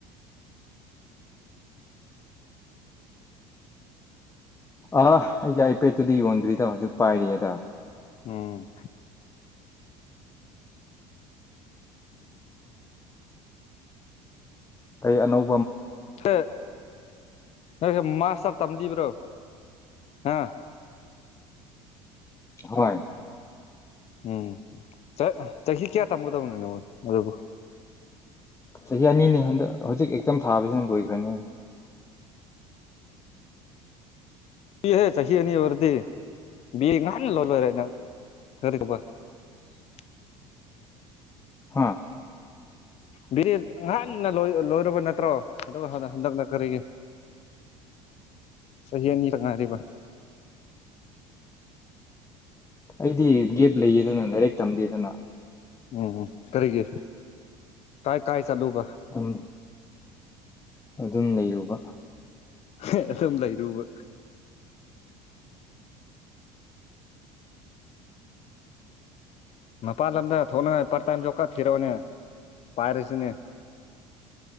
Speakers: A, on the left (about 15°); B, on the left (about 40°).
A: ꯑ ꯑꯩꯒꯤ ꯑꯥꯏꯄꯦꯠꯇꯨꯗꯤ ꯌꯣꯟꯗ꯭ꯔꯤꯗ ꯍꯧꯖꯤꯛ ꯄꯥꯏꯔꯤꯑꯌꯦꯗ
B: ꯎꯝ
A: ꯀꯩ ꯑꯅꯧ
B: ꯍ ꯅ ꯃꯥꯁꯇ꯭ꯔ ꯇꯝꯂꯤꯕ꯭ꯔꯣ ꯍꯥꯥ
A: ꯍꯣꯏ
B: ꯎꯝ ꯆꯠ ꯆꯍꯤ ꯀꯌꯥ ꯇꯝꯒꯗꯕꯅꯣ ꯅꯉꯣꯟ ꯑꯗꯨꯕꯨ
A: ꯆꯍꯤ ꯑꯅꯤꯅꯤ ꯍꯟꯗꯛ ꯍꯧꯖꯤꯛ ꯑꯦꯛꯖꯥꯝ ꯊꯥꯕꯁꯤꯅ ꯂꯣꯏꯈ꯭ꯔꯅꯤ
B: ꯏꯍꯦ ꯆꯍꯤ ꯑꯅꯤ ꯑꯣꯏꯔꯗꯤ ꯕꯤ ꯉꯥꯏ <unintelligible>
A: ꯍꯥꯥ
B: ꯕꯤ ꯑꯦꯠ ꯉꯍꯥꯟꯅ ꯂꯣꯏ ꯂꯣꯏꯔꯕ ꯅꯠ ꯇ꯭ꯔꯣ ꯑꯗꯨꯒ ꯍ ꯍꯟꯗꯛ ꯅ ꯀꯔꯤꯒꯤ ꯆꯍꯤ ꯑꯅꯤ ꯈꯛ ꯉꯥꯏꯔꯤꯕ
A: ꯑꯩꯗꯤ ꯒꯦꯞ ꯂꯩꯌꯦꯗꯅ ꯂꯥꯏꯔꯤꯛ ꯇꯝꯗꯦꯗꯅ
B: ꯎꯝ ꯎꯝ ꯀꯔꯤꯒꯤ ꯀꯥꯏ ꯀꯥꯏ ꯆꯠꯂꯨꯕ
A: ꯑꯗꯨꯝ ꯑꯗꯨꯝ ꯂꯩꯔꯨꯕ
B: ꯍꯦꯠ ꯑꯗꯨꯝ ꯂꯩꯔꯨꯕ ꯃꯄꯥꯟ ꯂꯝꯗ ꯊꯣꯛꯅꯉꯥꯏ ꯄꯥꯔꯠꯇꯥꯏꯝ ꯖꯣꯞ ꯀꯥ ꯊꯤꯔꯣꯅꯦ ꯄꯥꯏꯔꯁꯤꯅꯦ <inaudible>